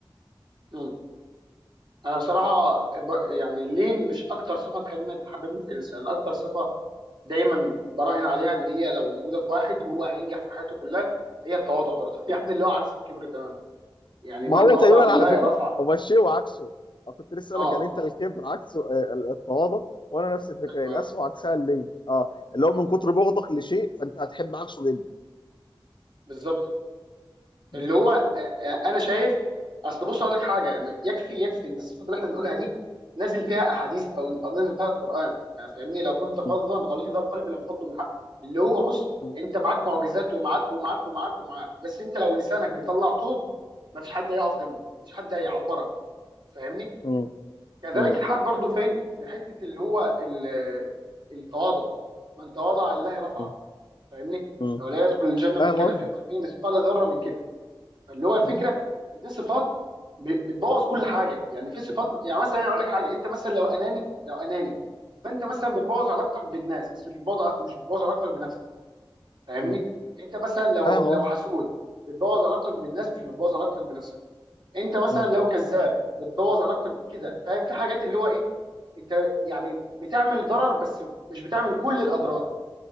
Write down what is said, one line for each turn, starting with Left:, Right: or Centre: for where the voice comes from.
Right: مم. انا بصراحه ب... يعني اللين مش اكتر صفه تخليني تحببني في الانسان أنا اكتر صفه دايما براهن عليها ان هي لو موجوده في واحد هو هينجح في حياته كلها هي التواضع برضه <laughs> يعني اللي هو عكس الكبر تمام يعني
Left: ما
Right: من
Left: هو
Right: تواضع
Left: تقريبا
Right: لله
Left: على فكره
Right: رفعه
Left: هو الشيء وعكسه أنا كنت لسه
Right: اه
Left: اقول لك يعني انت الكبر عكسه آه، ال- التواضع وانا نفس الفكره
Right: ايوه
Left: القسوه
Right: ايوه
Left: وعكسها اللين اه اللي هو من كتر بغضك لشيء فانت هتحب عكسه جدا
Right: بالظبط
Left: م-
Right: اللي هو آه، آه، انا شايف اصل بص اقول لك حاجه م- يكفي يكفي ان الصفات اللي احنا بنقولها دي نازل فيها احاديث او او نازل فيها القران يعني فاهمني لو كنت فظا
Left: م-
Right: غليظ القلب لم فضوا من حق اللي هو بص
Left: م-
Right: انت معاك معجزات ومعاك ومعاك ومعاك ومعاك بس انت لو لسانك بيطلع طوب مفيش حد هيقف جنبك مفيش حد هيعبرك فاهمني
Left: م-
Right: كذلك
Left: م-
Right: الحال برضو فين في حته اللي هو ال- التواضع من تواضع لله رفعه
Left: م-
Right: فاهمني
Left: م-
Right: ولا يدخل الجنه
Left: فاهم
Right: من كان
Left: قصدك
Right: في قلبه مثقال ذره من كبر فاللي هو الفكره
Left: م-
Right: دي صفات ب- بتبوظ كل حاجه يعني في صفات يعني مثلا اقول لك حاجه انت مثلا لو اناني لو اناني فانت مثلا بتبوظ علاقتك بالناس بس مش بتبوظ ع- مش بتبوظ علاقتك بنفسك فاهمني
Left: م-
Right: انت مثلا لو
Left: فاهم
Right: لو
Left: قصدك
Right: حسود بتبوظ علاقتك بالناس مش بتبوظ علاقتك بنفسك انت مثلا
Left: م-
Right: لو كذاب بتبوظ علاقتك كده فاهم في حاجات اللي هو ايه انت يعني بتعمل ضرر بس مش بتعمل كل الاضرار